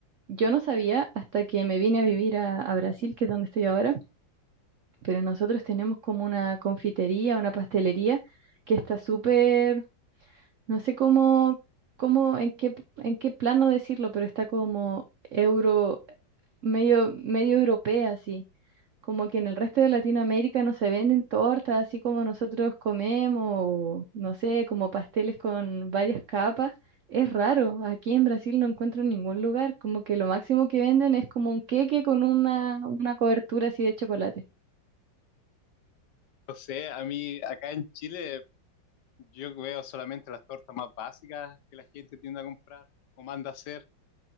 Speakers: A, on the right; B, on the left.
A: yo no sabía hasta que me vine a vivir a, a Brasil, que es donde estoy ahora pero nosotros tenemos como una confitería, una pastelería que está súper, no sé cómo, cómo, en qué, en qué plano decirlo, pero está como euro, medio, medio europea, así. Como que en el resto de Latinoamérica no se venden tortas así como nosotros comemos, o no sé, como pasteles con varias capas. Es raro, aquí en Brasil no encuentro en ningún lugar, como que lo máximo que venden es como un queque con una, una cobertura así de chocolate.
B: No sé, a mí acá en Chile yo veo solamente las tortas más básicas que la gente tiende a comprar o manda a hacer.